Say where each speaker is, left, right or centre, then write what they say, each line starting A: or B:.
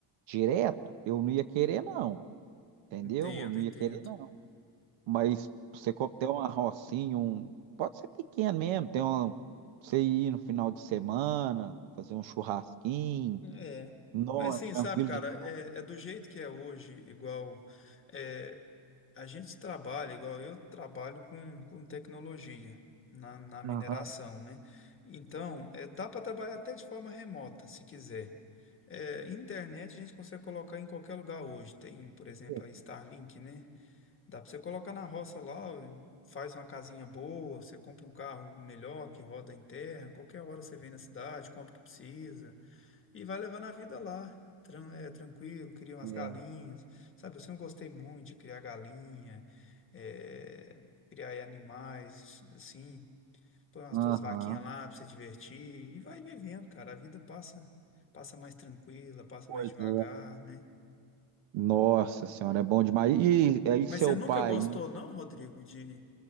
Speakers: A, on the right; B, on the left.
A: direto, eu não ia querer não, entendeu?
B: Entendo,
A: Eu não ia
B: entendo.
A: querer não. Mas você co- ter uma rocinha, um, pode ser pequeno mesmo, tem um, você ir no final de semana, fazer um churrasquinho,
B: É.
A: não,
B: Mas
A: é
B: assim,
A: tranquilo
B: sabe, cara,
A: demais.
B: é, é do jeito que é hoje, igual é, a gente trabalha, igual eu trabalho com, com tecnologia na, na mineração,
A: Aham.
B: né? Então, é, dá para trabalhar até de forma remota, se quiser. É, internet a gente consegue colocar em qualquer lugar hoje. Tem, por exemplo,
A: É,
B: a Starlink, né? Dá para você colocar na roça lá, faz uma casinha boa, você compra um carro melhor que roda em terra, qualquer hora você vem na cidade, compra o que precisa. E vai levando a vida lá, tran- é, tranquilo, cria umas
A: é. é.
B: galinhas. Sabe, eu sempre gostei muito de criar galinha, é, criar aí animais, assim. Põe umas
A: Aham.
B: duas vaquinhas lá pra você divertir e vai vivendo, cara. A vida passa, passa mais tranquila, passa
A: Pois
B: mais devagar,
A: é.
B: né?
A: Nossa senhora, é bom demais. E aí, seu
B: Mas você nunca
A: pai?
B: gostou, não, Rodrigo, de,